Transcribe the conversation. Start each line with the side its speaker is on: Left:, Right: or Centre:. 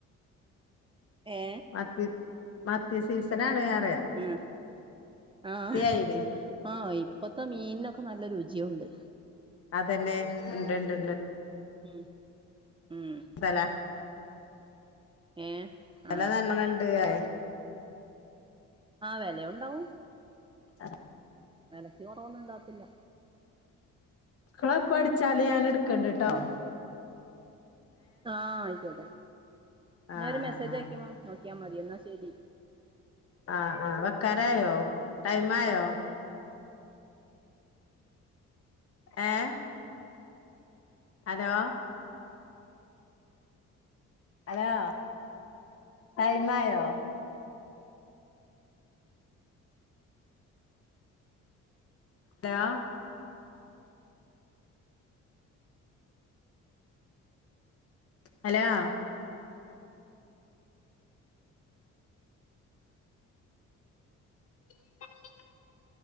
Right: ഏ
Left: മത്തി മത്തി സീസനാണ് വേറെയ
Right: ഊം ആഹ്
Left: അയിലെ
Right: ഓ ഇപ്പത്തെ മീൻ മീന് നൊക്കെ നല്ല രുചിയൊണ്ട്
Left: അതന്നെ ഉണ്ട്ണ്ട്ണ്ട്
Right: ഉം ഊം
Left: വെല
Right: ഏ
Left: വെല
Right: ആഹ്
Left: നല്ലണോണ്ട് അ
Right: ആഹ് വെലയൊണ്ടാവും
Left: ആഹ്
Right: വെലക്ക് കൊറവൊന്നും ഉണ്ടാവത്തില്ല
Left: ക്കള് എപ്പ അടിച്ചാല് ഞാൻ എടുക്കൺണ്ട്ട്ടോ
Right: പിന്നെ ആഹ് ആയിക്കോട്ടെ
Left: ആഹ്
Right: ഞാനൊരു മെസ്സേജ്
Left: ആഹ്
Right: അയക്കുമ്പോ നോക്കിയാ മതി എന്നാ ശരി
Left: ആഹ് ആഹ് വെക്കാനായോ ടൈം ആയോ ഏഹ് ഹലോ ഹലോ ടൈമായോ ടാ ഹലോ <inaudible>